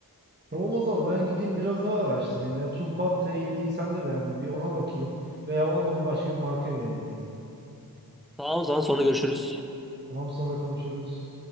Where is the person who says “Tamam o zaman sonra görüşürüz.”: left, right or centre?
Centre